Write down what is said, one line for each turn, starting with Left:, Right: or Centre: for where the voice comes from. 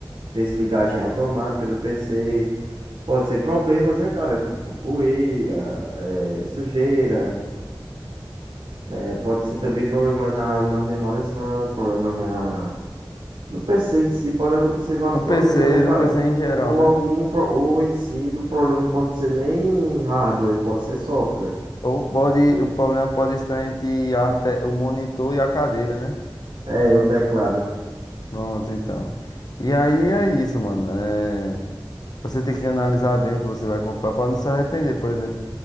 Right: desligagem automática do PC. Pode ser problemas, né, cara? Tipo poeira, eh, sujeira. eh, pode ser também problemas na- nas memórias RAM, problemas na, No PC em si pode acontecer vários
Left: No
Right: problemas,
Left: PC,
Right: né, cara?
Left: no PC em geral,
Right: Ou
Left: né?
Right: algum, pro- ou em si, do problema não pode ser nem hardware, pode ser software.
Left: Ou pode. O problema pode estar entre a te- o monitor e a cadeira, né?
Right: É, o teclado.
Left: Pronto, então. E aí é isso, mano. É, Você tem que analisar bem o que você vai comprar pra não se arrepender, por exemplo.